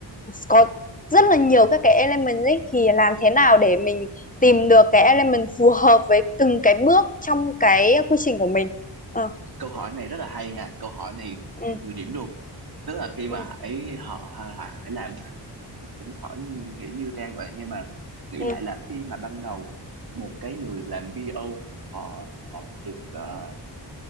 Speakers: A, on the left (about 20°); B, on the right (about 55°).
A: có rất là nhiều các cái element ấy thì làm thế nào để mình tìm được cái element phù hợp với từng cái bước trong cái quy trình của mình. Ờ,
B: câu hỏi này rất là hay nha câu hỏi này
A: ừ,
B: 10 điểm luôn tức là khi
A: ừ,
B: mà Hải họ Hải, Hải làm Hải cũng cũng hỏi nghĩ như Trang vậy nhưng mà nghĩ
A: ừ,
B: lại là khi mà ban đầu một cái người làm BO họ, họ được ờ,